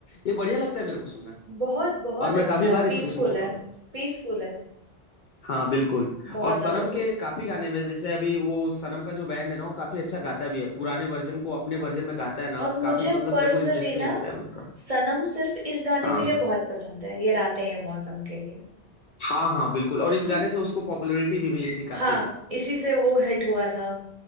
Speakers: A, on the left; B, on the right.
A: ये बढ़िया लगता है मेरे को सुनना
B: बहुत बहुत
A: और
B: अच्छा
A: मैं काफी
B: है
A: बार इसको
B: पीसफुल
A: सुन चुका
B: है
A: हूँ
B: पीसफुल है
A: हाँ बिल्कुल
B: बहुत
A: और सनम
B: ज्यादा पीसफुल
A: के काफी गाने में जैसे अभी वो सनम का जो बैंड है ना वो काफी अच्छा गाता भी है पुराने वर्जन को अपने वर्जन में गाता है ना
B: और मुझे
A: काफी मतलब
B: पर्सनली
A: मेरे को इंटरेस्टिंग
B: ना
A: लगता है उसका
B: सनम सिर्फ इस गाने
A: हाँ
B: के लिए बहुत पसंद है ये रातें ये मौसम के लिए
A: हाँ हाँ बिल्कुल और इस
B: <laughs>
A: गाने से उसको पॉपुलैरिटी भी मिली थी
B: हाँ
A: काफी
B: इसी से वो हिट हुआ था